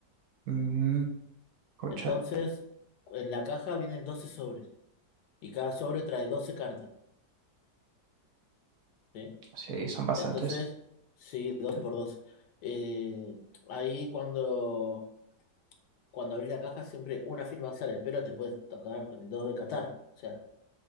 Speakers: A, on the right; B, on the left.
A: Mm, pucha,
B: Entonces, en la caja vienen 12 sobres. Y cada sobre trae 12 cartas, ¿sí?
A: sí, son bastantes,
B: Entonces, sí, 12 por 12. Eh, ahí cuando, cuando abrís la caja siempre una firma sale, pero te puedes tocar el 2 de Qatar. O sea,